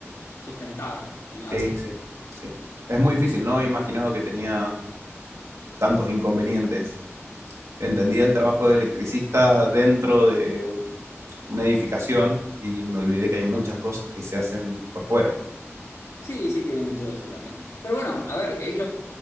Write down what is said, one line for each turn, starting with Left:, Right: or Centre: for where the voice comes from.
Left: sustentable en la
Right: sí,
Left: vida.
Right: sí, sí. Es muy difícil, no he imaginado que tenía tantos inconvenientes. Entendía el trabajo de electricista dentro de una edificación y me olvidé que hay muchas cosas que se hacen por fuera.
Left: Sí, sí, tiene mucho de eso también. Pero bueno, a ver, es lo